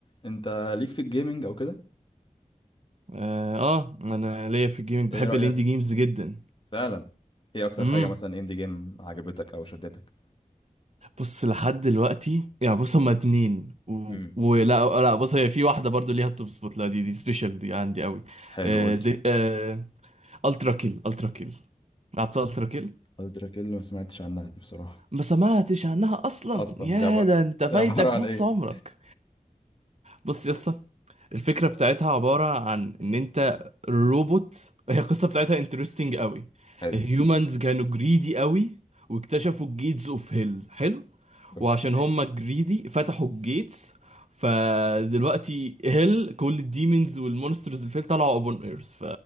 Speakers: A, on the left; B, on the right.
A: انت ليك في الجيمنج او كده
B: اه آه، انا ليا في الجيمنج
A: ايه
B: بحب
A: رأيك
B: الاندي جيمز جدا
A: فعلا ايه اكتر
B: امم
A: حاجة مثلا اندي جيم عجبتك او شدتك
B: بص لحد دلوقتي يعني بص هما اتنين و...
A: امم
B: ولا لا بص هي في واحده برضو ليها التوب سبوت لا دي دي سبيشال دي عندي قوي
A: حلو
B: آه
A: قول لي
B: دي آه الترا كيل الترا كيل لعبت الترا كيل
A: الدراك اللي ما سمعتش عنها دي بصراحة
B: ما سمعتش عنها اصلا
A: اصلا
B: يا
A: ده بقى
B: ده انت فايتك
A: هي عبارة عن
B: نص
A: ايه
B: عمرك بص يا اسطى الفكرة بتاعتها عبارة عن إن أنت روبوت هي القصة بتاعتها انترستنج قوي
A: حلو
B: الهيومنز كانوا جريدي قوي واكتشفوا الجيتس اوف هيل حلو
A: اوكي
B: وعشان هما جريدي فتحوا الجيتس فدلوقتي هيل كل الديمونز والمونسترز اللي فيه طلعوا ابون ايرث ف